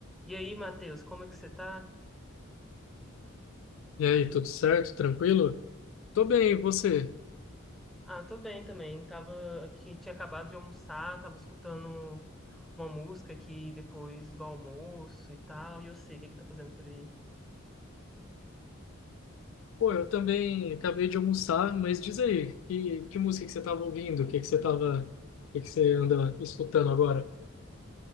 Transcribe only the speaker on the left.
E aí, tudo certo? Tranquilo? Tô bem, e você?
Pô, eu também acabei de almoçar, mas diz aí, que, que música que você tava ouvindo? O que que você tava, o que que você anda escutando agora?